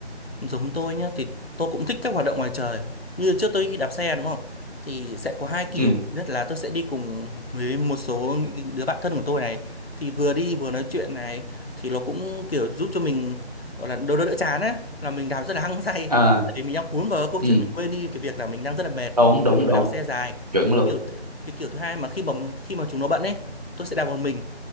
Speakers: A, on the left; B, on the right.
A: Giống tôi nhé thì tôi cũng thích các hoạt động ngoài trời như trước tôi đi đạp xe đúng không thì sẽ có hai kiểu
B: ừ
A: thứ nhất là tôi sẽ đi cùng với một số những đứa bạn thân của tôi này thì vừa đi vừa nói chuyện này thì nó cũng kiểu giúp cho mình gọi là đỡ đỡ đỡ chán á là mình đạp rất là hăng say
B: à,
A: để mình đang cuốn vào câu
B: ừ
A: chuyện mình quên đi cái việc là mình đang rất là mệt
B: đúng đúng
A: khi mà
B: đúng
A: đạp xe dài cái
B: chuẩn luôn
A: kiểu th- cái kiểu thứ hai mà khi mà khi mà chúng nó bận ấy tôi sẽ đạp một mình